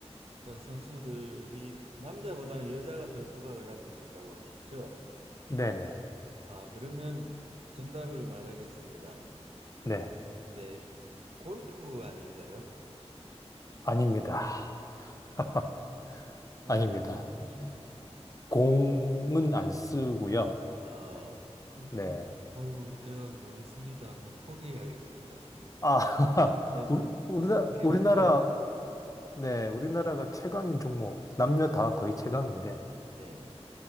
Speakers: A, on the right; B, on the left.
A: 선수들이 남자보다는 여자가 더 두각을 나타낸다고 하셨죠?
B: 네네.
A: 아, 그러면 정답을 말하겠습니다.
B: 네.
A: 네, 골프 아닌가요?
B: 아닙니다.
A: 아,
B: <laughs>
A: 아,
B: 아닙니다.
A: 그러면
B: 공은 안 쓰고요.
A: 아, 그러면
B: 네.
A: 아이 제가 모르겠습니다. 뭐 포기해야겠습니다.
B: 아, <laughs>
A: 네, 지금
B: 우리,
A: 이제
B: 우리나라,
A: 또 사다리로
B: 우리나라,
A: 돌아가.
B: 네. 우리나라가 최강인 종목. 남녀 다 거의 최강인데.
A: 네.